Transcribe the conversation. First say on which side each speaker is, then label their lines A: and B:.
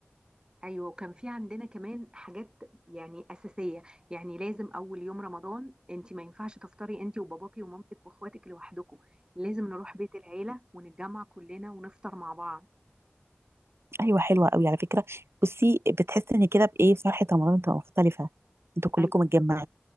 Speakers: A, on the right; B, on the right.
A: ايوه وكان في عندنا كمان حاجات يعني اساسيه يعني لازم اول يوم رمضان انت ما ينفعش تفطري انت وباباكي ومامتك واخواتك لوحدكم لازم نروح بيت العيله ونتجمع كلنا ونفطر مع بعض
B: ايوه حلوه قوي على فكره بصي بتحس ان كده بايه فرحه رمضان بتبقى مختلفه انتوا كلكم
A: ايوه
B: متجمعين